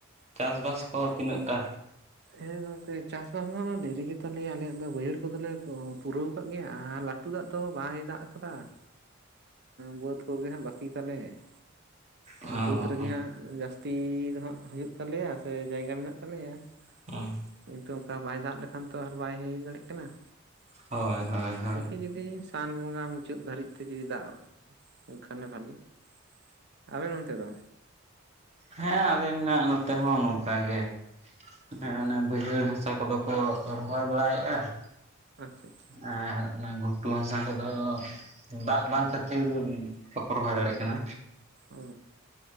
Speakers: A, on the right; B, on the right.
A: ᱪᱟᱥ ᱵᱟᱥ ᱠᱚ ᱛᱤᱱᱟᱹᱜᱴᱟ?
B: ᱦᱮᱸ ᱜᱚᱝᱠᱮ ᱪᱟᱥ ᱵᱟᱥ ᱫᱚ ᱫᱮᱨᱤ ᱜᱮ ᱛᱟᱞᱮᱭᱟ, ᱟᱞᱮᱭᱟᱜ ᱫᱚ ᱵᱟᱹᱭᱦᱟᱹᱲ ᱠᱚᱫᱚᱞᱮ ᱯᱩᱨᱟᱹᱣ ᱟᱠᱟᱫ ᱜᱮᱭᱟ ᱟᱨ ᱞᱼᱼ ᱞᱟᱹᱴᱩ ᱫᱟᱜ ᱫᱚ ᱵᱟᱭ ᱫᱟᱜ ᱟᱠᱟᱫᱟ ᱾ ᱵᱟᱹᱫᱽ ᱠᱚᱜᱮ ᱦᱟᱸᱜ ᱵᱟᱹᱠᱤ ᱛᱟᱞᱮ ᱾
A: ᱚ
B: ᱟᱨ ᱵᱟᱹᱫᱽ
A: ᱚ
B: ᱨᱮᱜᱮ ᱦᱟᱸᱜ ᱡᱟᱹᱥᱛᱤ ᱫᱚ ᱦᱟᱸᱜ ᱦᱩᱭᱩᱜ ᱛᱟᱞᱮᱭᱟ, ᱥᱮ ᱡᱟᱭᱜᱟ ᱢᱮᱱᱟᱜ ᱛᱟᱞᱮᱭᱟ ᱾
A: ᱦᱚᱸ
B: ᱠᱤᱱᱛᱩ ᱚᱱᱠᱟ ᱵᱟᱭ ᱫᱟᱜ ᱞᱮᱠᱷᱟᱱ ᱛᱚ ᱟᱨ ᱵᱟᱭ ᱦᱩᱭ ᱫᱟᱲᱮᱭᱟᱜ ᱠᱟᱱᱟ ᱾
A: ᱦᱳᱭ ᱦᱳᱭ ᱦᱳᱭ
B: ᱫᱮᱠᱤ ᱡᱩᱫᱤᱼᱼ ᱥᱟᱱ ᱵᱚᱸᱜᱟ ᱢᱩᱪᱟᱹᱫ ᱫᱷᱟᱹᱨᱤᱡ ᱛᱮ ᱡᱩᱫᱤ ᱫᱟᱜ ᱮᱱᱠᱷᱟᱱᱮ ᱵᱷᱟᱞᱤ ᱾ ᱟᱵᱮᱱ ᱚᱱᱛᱮ ᱫᱚ?
A: ᱦᱮᱸ ᱟᱹᱞᱤᱧᱟᱜ ᱱᱚᱛᱮ ᱦᱚᱸ ᱱᱚᱝᱠᱟ ᱜᱮ ᱾ ᱦᱮᱸ ᱚᱱᱮ ᱵᱟᱹᱭᱦᱟᱹᱲ ᱦᱟᱥᱟ ᱠᱚᱫᱚ ᱠᱚ ᱨᱚᱦᱚᱭ ᱵᱟᱲᱟᱭᱮᱫᱼᱟ ᱾
B: ᱟᱪᱪᱷᱟ ᱟᱪᱪᱷᱟ ᱾
A: ᱟᱨ ᱚᱱᱟ ᱜᱷᱩᱴᱩ ᱦᱟᱥᱟ ᱠᱚᱫᱚᱼᱼ ᱫᱟᱜ ᱵᱟᱝ ᱠᱷᱟᱹᱛᱤᱨ ᱵᱟᱠᱚ ᱨᱚᱦᱚᱭ ᱫᱟᱲᱮᱭᱟᱜ ᱠᱟᱱᱟ ᱾
B: ᱚ